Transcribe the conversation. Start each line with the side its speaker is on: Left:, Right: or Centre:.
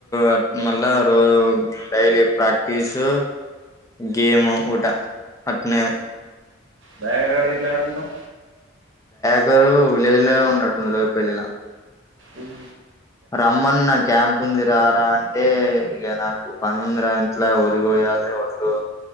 Left: అట్ మళ్ళా రోజు డైలీ ప్రాక్టీసు గేమ్ ఊట అట్నే
Right: బేగరగాడ ఇట్ల ఏడుంటాం
Left: ఆడు విలేజ్ లోనే <unintelligible> పెళ్ళిలా
Right: ఉమ్
Left: రమ్మన్న క్యాంప్ ఉంది రారా అంటే ఇక నాకు పనుందర ఇంట్లో వరిగోయాలి ఓడ్లు